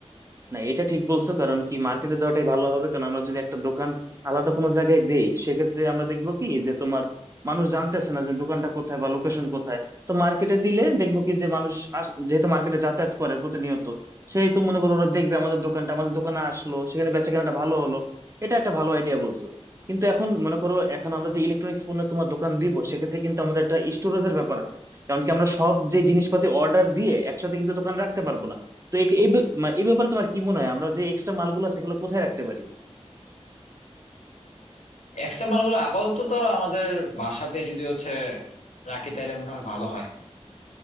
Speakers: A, on the right (about 25°); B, on the left (about 80°).
A: না এটা ঠিক বলছো কারণ কি মার্কেটে দেওয়াটাই ভালো হবে কারণ আমরা যদি একটা দোকান আলাদা কোনো জায়গায় দেই সেক্ষেত্রে আমরা দেখবো কি যে তোমার মানুষ জানতেছে না যে দোকানটা কোথায় বা লোকেশন কোথায় তো মার্কেটে দিলে দেখবো কি যে মানুষ আস- যেহেতু মার্কেটে যাতায়াত করে প্রতিনিয়ত সেই তো মনে করো ওরা দেখবে আমাদের দোকানটা আমাদের দোকানে আসলো সেখানে বেচাকেনাটা ভালো হলো এটা একটা ভালো আইডিয়া বলছো কিন্তু এখন মনে করো এখন আমরা যে ইলেকট্রনিক্স পণ্য তোমার দোকান দিব সেক্ষেত্রে কিন্তু আমাদের একটা স্টোরেজের ব্যাপার আছে কারণ কি আমরা সব যে জিনিসপাতি অর্ডার দিয়ে একসাথে কিন্তু দোকান রাখতে পারবো না তো এই এই ব্য- মা- এই ব্যাপারে তোমার কি মনে হয় আমরা যে এক্সট্রা মালগুলো আছে সেগুলো কোথায় রাখতে পারি
B: এক্সট্রা মালগুলো আপাতত তো আমাদের বাসাতে যদি হচ্ছে রাখি তাহলে মনে হয় ভালো হয়